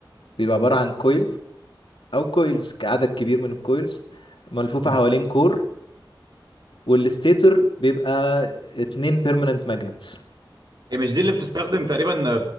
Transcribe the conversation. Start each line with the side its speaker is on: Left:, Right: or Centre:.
Left: بيبقى عباره عن كويل او كويلز عدد كبير من الكويلز ملفوفه
Right: أمم.
Left: حوالين كور والستيتور بيبقى اتنين بيرمننت ماجنتس
Right: هي مش دي اللي بتستخدم تقريبا